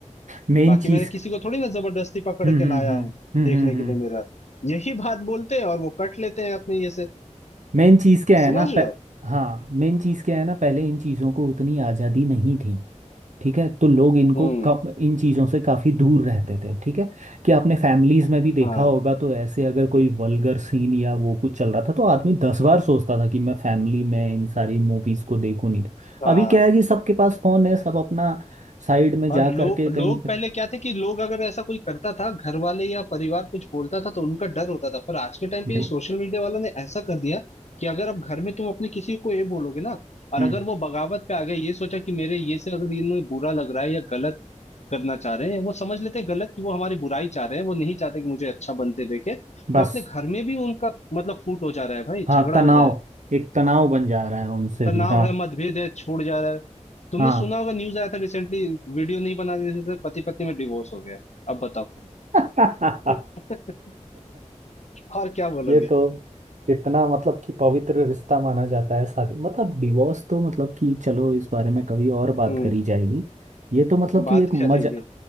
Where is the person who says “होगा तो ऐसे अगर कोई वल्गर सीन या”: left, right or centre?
Right